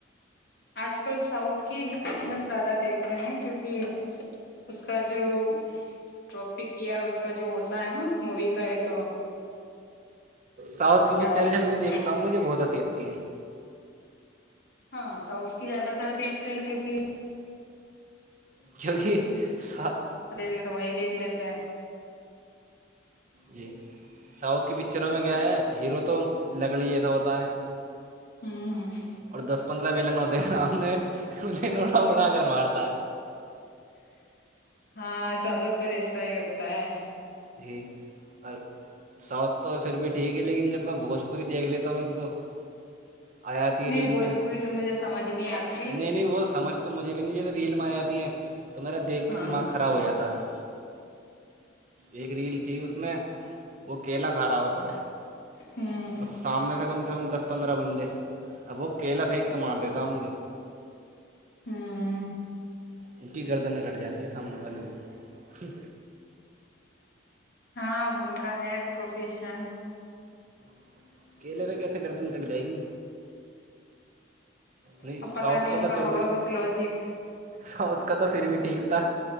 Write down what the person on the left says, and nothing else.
آج کل ساؤتھ کی فلم زیادہ دیکھتے ہیں کیوںکہ اس کا جو ٹاپک یا اس کا جو ہوتا ہے نا مووی کا ایک
کیا
بولتے
ہاں ساؤتھ کی زیادہ تر دیکھتے ہیں کیونکہ
ارے دیک تو وہی دیکھ لیتے ہیں
ہوں ہ
ہاں زیادہ تر ایسا ہی ہوتا ہے
نہیں
بھوجپوری
تو مجھے سمجھ نہیں آتی
ہاں
ہوں
ہوں
ہاں ان کا ہے پروفیشن
اب پتا
نہیں
ان
ہوگا
کچھ لوجک